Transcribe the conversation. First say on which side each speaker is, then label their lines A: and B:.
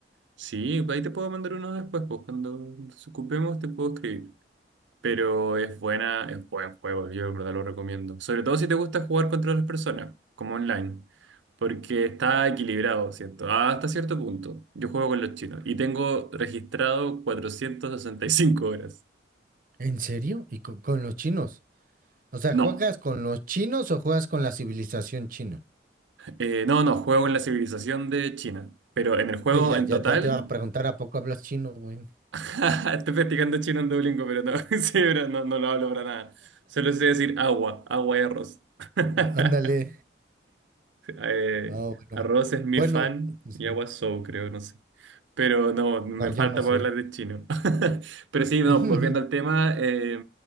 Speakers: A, on the right (about 85°); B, on the right (about 45°).
A: sí, ahí te puedo mandar uno después, pues cuando nos ocupemos te puedo escribir. pero es buena, es buen juego, yo de verdad lo recomiendo. Sobre todo si te gusta jugar contra otras personas, como online, porque está equilibrado, siento, hasta cierto punto. Yo juego con los chinos y tengo registrado 465 horas.
B: ¿En serio? ¿Y co- con los chinos? O sea,
A: No,
B: ¿juegas con los chinos o juegas con la civilización china?
A: eh, no, no, juego en la civilización de China, pero en el juego
B: Eh, ya,
A: en total,
B: ya, ya te va a preguntar, ¿a poco hablas chino, güey?
A: <laughs> estoy practicando chino en Duolingo, pero no, <laughs> sí, pero no, no lo hablo para nada. Solo sé decir agua, agua y arroz. <laughs>
B: Ah, Ándale.
A: Eh,
B: Ah, bueno.
A: Arroz es mi
B: Bueno,
A: fan
B: pues
A: y
B: sí.
A: agua Soul, creo, no sé. Pero no, me
B: No, yo
A: falta
B: no sé.
A: poder hablar de chino. <laughs> Pero sí, no,
B: <laughs>
A: volviendo al tema, eh,